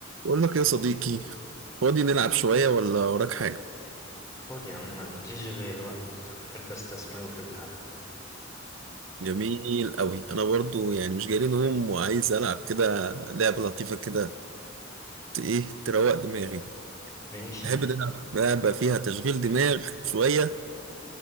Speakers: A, on the right; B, on the left.
A: بقول لك يا صديقي فاضي نلعب شوية ولا وراك حاجة؟
B: فاضي يا عم ما عنديش غير الوقت أحب أستثمره في اللعب
A: جميل قوي أنا برضو يعني مش جاي لي نوم وعايز ألعب كده لعبة لطيفة كده ت- إيه تروق دماغي
B: ماشي
A: تحب نلعب لعبة فيها تشغيل دماغ شوية